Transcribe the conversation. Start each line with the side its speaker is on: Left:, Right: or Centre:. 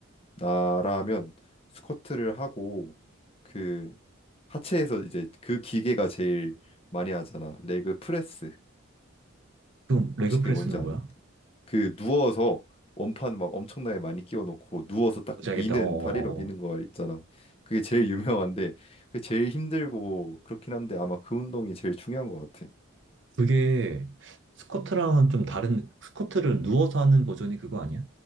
Left: 나라면 스쿼트를 하고 그 하체에서 이제 그 기계가 제일 많이 하잖아. 레그 프레스.
Right: 그럼 레그
Left: 혹시 그게
Right: 프레스는
Left: 뭔지 아니?
Right: 뭐야?
Left: 그 누워서 원판 막 엄청나게 많이 끼워놓고 누워서 딱
Right: 뭔지 알겠다.
Left: 미는
Right: 어어어.
Left: 다리로 미는 거 있잖아. 그게 제일 유명한데 그게 제일 힘들고 그렇긴 한데 아마 그 운동이 제일 중요한 것 같아.
Right: 그게 스쿼트랑은 좀 다른 스쿼트를 누워서 하는 버전이 그거 아니야?